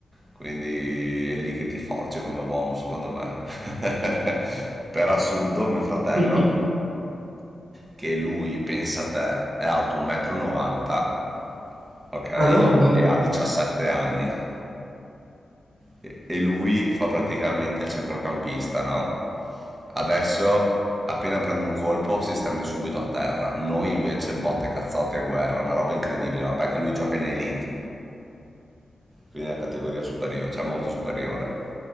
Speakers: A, on the right; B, on the right.
A: quindi è lì che ti forge come uomo secondo me. <laughs> Per assurdo mio fratello,
B: <laughs>
A: che lui, pensa a te, è alto 1,90 m, ok?
B: Madonna, oh.
A: E ha 17 anni. e e lui fa praticamente il centrocampista, no? Adesso, appena prende un colpo, si stende subito a terra. Noi invece botte, cazzotti e guerra, una roba incredibile. Vabbè che lui gioca in elite, quindi è una categoria superiore, cioè molto superiore.